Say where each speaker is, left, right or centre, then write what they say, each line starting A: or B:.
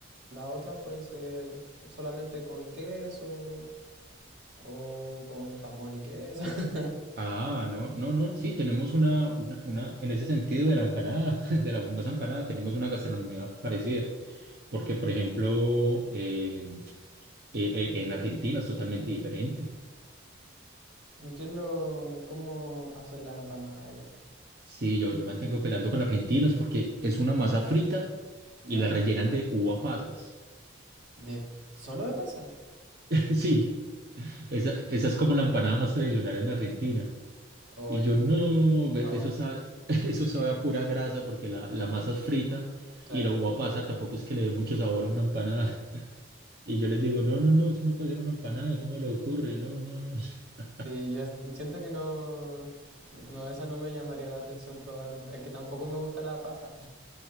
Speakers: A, on the right (about 80°); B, on the right (about 50°).
A: las otras pueden ser solamente con queso o con jamón y queso. <laughs>
B: Ah, no, no, no, sí, tenemos una, una, una, en ese sentido de la empanada, <laughs> de la famosa empanada, tenemos una gastronomía parecida, porque, por ejemplo, en, e- e- en Argentina es totalmente diferente.
A: ¿Y ¿Qué es lo, cómo hacen las empanadas allá?
B: Sí, yo, yo mantengo peleando con argentinos porque es una masa frita
A: ¿Ya?
B: y la rellenan de uva pasas.
A: ¿De, ¿Solo de pasas?
B: <laughs> Sí, esa, esa es como la empanada más tradicional en Argentina.
A: O
B: Y
A: yo...
B: yo no,
A: No,
B: ve- eso sabe, <laughs> eso sabe a pura grasa porque la, la masa es frita
A: claro.
B: y la uva pasa tampoco es que le dé mucho sabor a una empanada. <laughs> Y yo les digo, no, no, no, eso no puede ser una empanada, ¿cómo le ocurre? No, no. <laughs> no".
A: Sí, yo siento que no... No, eso no me llamaría la atención probarlo. Es que tampoco me gusta la pasa.